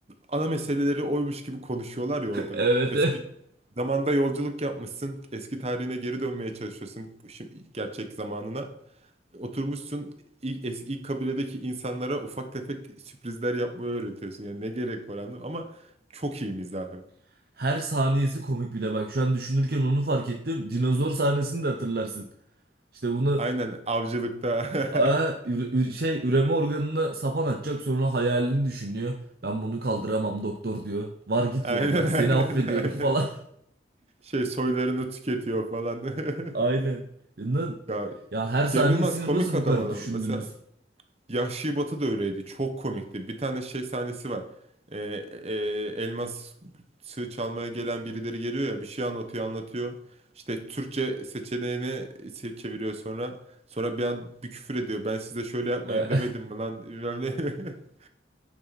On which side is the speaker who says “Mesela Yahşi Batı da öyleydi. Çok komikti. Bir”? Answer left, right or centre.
Right